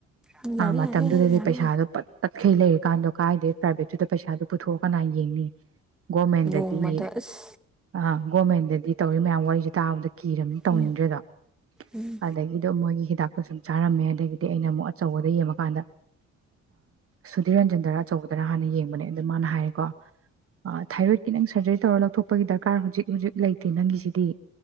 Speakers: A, in the centre; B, on the right.
A: ꯎꯝ
B: ꯑ
A: ꯌꯥꯔꯦ
B: ꯃꯇꯝꯗꯨꯗꯗꯤ
A: ꯌꯥꯔꯦ ꯌꯥꯔꯦ
B: ꯄꯩꯁꯥꯗꯣ ꯄꯠ ꯄꯠꯈꯩ ꯂꯩꯔ ꯀꯥꯟꯗꯣ ꯀꯥꯏꯗꯦ ꯄ꯭ꯔꯥꯏꯚꯦꯠꯇꯨꯗ ꯄꯩꯁꯥꯗꯨ ꯄꯨꯊꯣꯛꯑ ꯀꯅꯥ ꯌꯦꯡꯉꯤ ꯒꯣꯃꯦꯗꯗꯤ
A: ꯅꯣꯡꯃꯗ ꯑꯁ
B: ꯑ ꯒꯣꯔꯃꯦꯟꯗꯗꯤ ꯇꯧꯔꯤ ꯃꯌꯥꯝ ꯋꯥꯔꯤꯁꯦ ꯇꯥꯕꯗ ꯀꯤꯔꯅꯤ ꯇꯧꯅꯤꯡꯗ꯭ꯔꯦꯗꯣ
A: ꯎꯝ ꯎꯝ
B: ꯑꯗꯒꯤꯗꯣ ꯃꯣꯏꯒꯤ ꯍꯤꯗꯥꯛ ꯁꯨꯝ ꯆꯥꯔꯝꯃꯦ ꯑꯗꯒꯤꯗꯤ ꯑꯩꯅ ꯑꯃꯨꯛ ꯑꯆꯧꯕꯗ ꯌꯦꯡꯉꯀꯥꯟꯗ ꯁꯨꯙꯤꯔ ꯔꯟꯖꯟꯗꯔ ꯑꯆꯧꯕꯗꯔ ꯍꯥꯟꯅ ꯌꯦꯡꯕꯅꯦ ꯑꯗꯣ ꯃꯥꯅ ꯍꯥꯏꯔꯦꯀꯣ ꯊꯥꯏꯔꯣꯏꯗꯀꯤ ꯅꯪ ꯁꯔꯖꯔꯤ ꯇꯧꯔ ꯂꯧꯊꯣꯛꯄꯒꯤ ꯗꯔꯀꯥꯔ ꯍꯧꯖꯤꯛ ꯍꯧꯖꯤꯛ ꯂꯩꯇꯦ ꯅꯪꯒꯤꯁꯤꯗꯤ